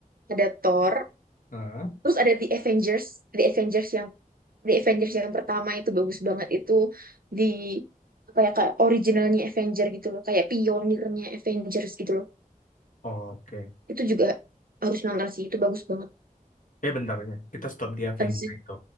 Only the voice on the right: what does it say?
ada Thor,
terus ada The Avengers, The Avengers yang The Avengers yang pertama itu bagus banget itu di apa ya kayak originalnya Avenger gitu loh, kayak pionirnya Avengers gitu loh.
itu juga harus nonton sih itu bagus banget
habis itu